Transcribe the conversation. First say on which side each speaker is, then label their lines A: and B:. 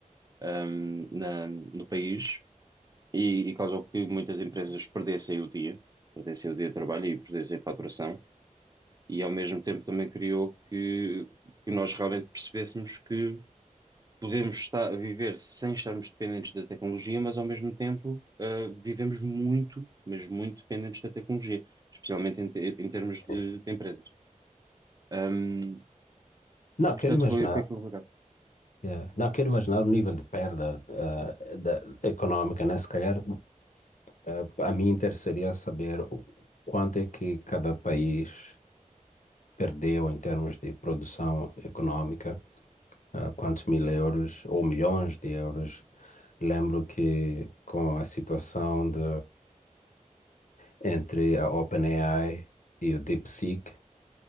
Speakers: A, on the right (about 30°); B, on the left (about 70°).
A: ahm, na- no país e, e causou que muitas empresas perdessem o dia, perdessem o dia de trabalho e perdessem faturação. E ao mesmo tempo também criou que, que nós realmente percebêssemos que podemos estar, viver sem estarmos dependentes da tecnologia, mas ao mesmo tempo, ah, vivemos muito, mas muito dependentes da tecnologia, especialmente em, te- em termos de,
B: sim.
A: de empresas. Ahm,
B: Não,
A: portanto,
B: quero imaginar,
A: foi, foi complicado.
B: eh, não, quero imaginar o nível de perda eh, da, econômica, né? Se calhar, eh, a mim interessaria saber o quanto é que cada país perdeu em termos de produção econômica, ah, quantos mil euros ou milhões de euros. Lembro que com a situação de, entre a OpenAI e o DeepSeek,